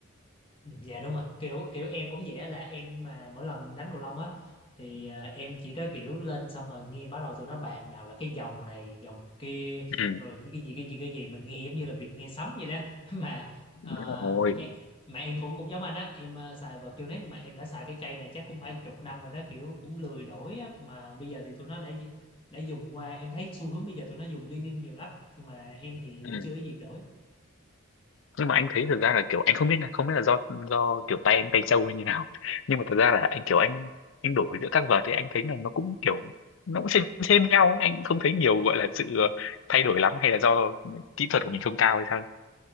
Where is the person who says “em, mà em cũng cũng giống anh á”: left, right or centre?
Left